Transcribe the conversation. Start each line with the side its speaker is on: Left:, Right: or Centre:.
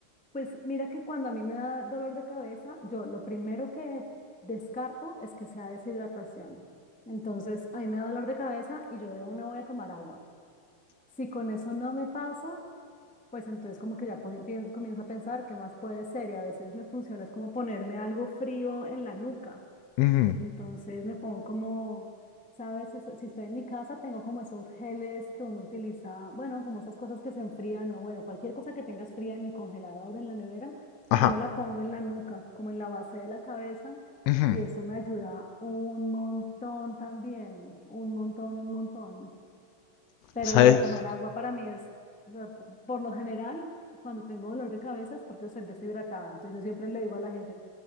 Centre: pues mira que cuando a mí me da dolor de cabeza, yo lo primero que descarto es que sea deshidratación. Entonces, a mí me da dolor de cabeza y yo de una voy a tomar agua. Si con eso no me pasa, pues entonces como que ya po- pien- comienzo a pensar qué más puede ser y a veces me funciona es como ponerme algo frío en la nuca.
Left: ujú,
Centre: Entonces me pongo como, ¿sabes? Eso- Si estoy en mi casa tengo como esos geles que uno utiliza, bueno, como esas cosas que se enfrían o bueno, cualquier cosa que tengas fría en mi congelador, en la nevera,
Left: Ajá.
Centre: yo me la pongo en la nuca, como en la base de la cabeza
Left: ujú.
Centre: y eso me ayuda un montón también, un montón, un montón. Pero
Left: ¿Sabes?
Centre: lo de tomar agua para mí es, o sea, por lo general, cuando tengo dolor de cabeza es porque estoy deshidratada. Entonces yo siempre le digo a la gente,